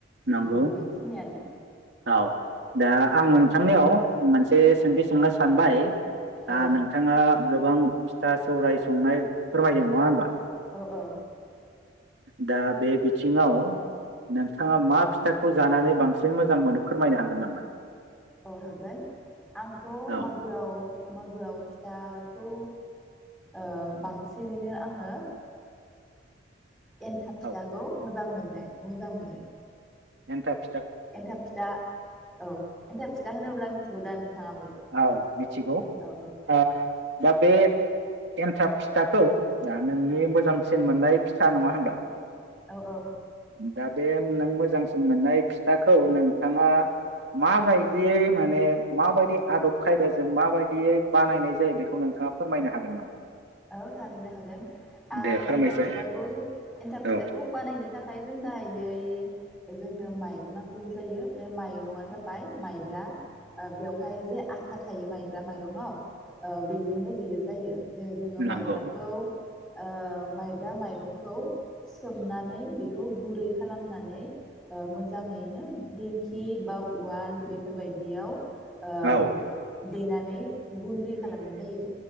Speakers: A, on the right; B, in the centre.
A: नंगौ
B: उम बेखिनियानो
A: औ दा आं नों थांनायाव मोनसे सिथिं सोंनो सानबाय। दा
B: औ
A: नोंथाङा गोबां फिथा सौराय संनाय फोरमायदों नङा होमबा?
B: औ ओ।
A: दा बे बिथिङाव नोंथाङा
B: औ
A: मा फिथाख खौ जानानै बांसिन मोजां मोनो फोरमायनो हागोन नामा?
B: औ हागोन आंथ'
A: औ
B: मागोआव मागोआव फिथा खौ ओ बांसिनैनो आङो एन्थाब फिथाखौ
A: औ
B: मोजां मोन ए मोजां मोनो।
A: एनथाब
B: एन्थाब फिथा औ एन्थाब फिथा होनोब्ला मिथिगौ दा नोंथाङाबो
A: औ मिथिगौ
B: औ
A: ओ। दा बे एन्थाब फिथाखौ दा नोंनि
B: औ
A: मोजांसिन मोननाय फिथा नङा होनब्ला?
B: औ औ।
A: दा बे नों मोजां सिन मोननाय फिथाखौ नों थाङा माबायदियै माने माबायदि आदब खायदाजों माबायदियै बानायनाय जायो बेखौ नोंथाङा फोरमायनो हागोन नामा?
B: औ थारैनो हागोन ओ
A: दे फोरमायसाय
B: एन्थाब फिथाखौ एन्थाब फिथाखौ
A: औ
B: बानायनो थाखाय जों गाहायै जोंनो माइरं नांग्रोगौ जायो बे माइरंआ जाबाय माइब्रा ओ बेयावहाय जे आथा थायो माइ ब्रा माइरंआव ओ बेजोंनो बेयो जायो जेरै जोङो
A: नंगौ
B: माइब्राखौ ओ माइब्रा माइरंखौ सोमनानै बेखौ गुरै खालामनानै ओ मोजाङैनो दिंखि बा उवाल बे फोरबायदियाव ओ
A: औ
B: देनानै गुन्दै खालामनाय जायो